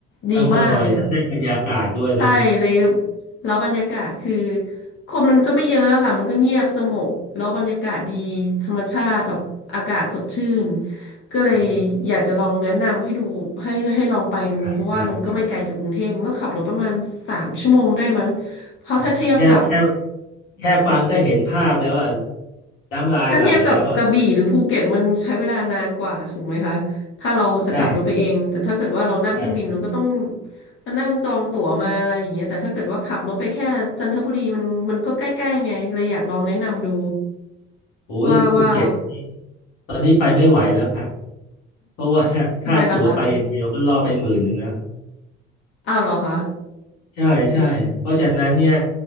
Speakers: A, on the left; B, on the left.
A: ดีมากเลยอะ
B: ทั้งอร่อย ทั้งได้บรรยากาศด้วยเนาะ
A: ใช่เลย แล้วบรรยากาศคือคนมันก็ไม่เยอะค่ะมันก็เงียบสงบแล้วบรรยากาศดีธรรมชาติแบบอากาศสดชื่นก็เลยอยากจะลองแนะนำให้ดูให้ให้ลองไปดูเพราะว่ามันก็ไม่ไกลจากกรุงเทพมันก็ขับรถประมาณสามชั่วโมงได้มั้ง
B: อืมได้ได้ได้แค่แค่
A: เพราะถ้าเทียบกับ
B: แค่ฟังก็เห็นภาพแล้วอ่ะน้ำลายไหลแล้วอ่ะ
A: ถ้าเทียบกับกระบี่หรือภูเก็ตมันใช้เวลานานกว่าถูกไหมคะถ้าเราจะขับรถไปเองแต่ถ้าเกิดว่าเรานั่งเครื่องบินเราก็ต้อง
B: ใช่ใช่
A: มานั่งจองตั๋วมาอะไรอย่างเงี้ยแต่ถ้าเกิดว่าขับรถไปแค่จันทบุรีมันมันก็ใกล้ๆไงเลยอยากลองแนะนำดู
B: โอ้ยภูเก็ต
A: ว่าว่า
B: ตอนนี้ไปไม่ไหวแล้วค่ะเพราะว่า <laughs> ค่าตั๋วไปอย่างเดียวก็ล่อไปหมื่นหนึ่งแล้ว
A: ทำไมล่ะคะอ้าวเหรอคะ
B: ใช่ใช่เพราะฉะนั้นเนี่ย